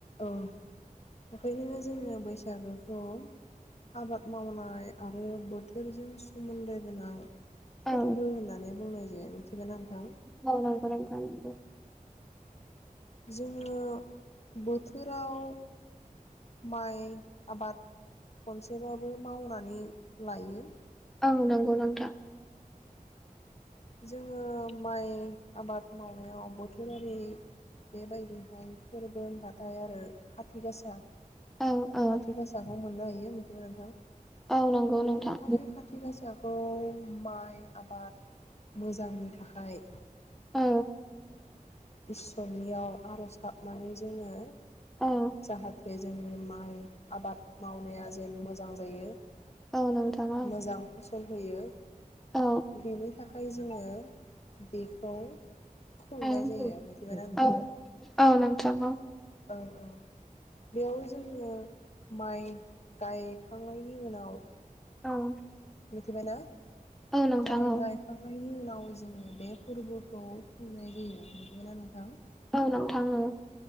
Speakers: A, on the left (about 50°); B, in the centre.
A: औ ओंखायनो जोङो बैसागोखौ आबाद मावनाय आरो बोथोरजों सोमोन्दो गोनां फोरबो
B: औ औ
A: होननानै बुंनाय जायो मिथिबायना नोंथां
B: औ नंगौ नोंथां नंगौ।
A: जोंङो। बोथोराव माइ आबाद खनसेबाबो मावनानै लायो।
B: औ नंगौ नोंथां।
A: जोंङो माइ आबाद मावनायाव बोथोरारि बेबायदिहाय फोरबो होनबाथाय आरो खाथि गासा।
B: औ औ
A: खाथि गासाखौ मोननो हायो मिथिगौ नोंथां
B: औ नंगौ
A: बेयाव
B: नोंथां
A: हाय खाथि गासाखौ! माइ आबाद मोजांनि थाखाय।
B: औ
A: इसोरनियाव आरज गाबनानै जोंङो।
B: औ।
A: जाहाथे बे जोंनि माइ आबाद मावनाया जेन मोजां जायो
B: औ नोंथां औ।
A: मोजां फसल होयो
B: औ
A: बेनि थाखाय जोंङो बेखौ। खुंनाय
B: ओं
A: जायो मिथिबायाना नोंथां?
B: औ औ नोंथां औ
A: औ औ बेयाव जोंङो माइ गायखांनायनि उनाव
B: औ
A: मिथिबायना
B: औ नोंथां
A: माइ
B: औ
A: गायखांनायनि उनाव। जोंङो बे फोरबोखौ खुंनाय जायो। मिथिबायना नोंथां?
B: औ नोंथां औ।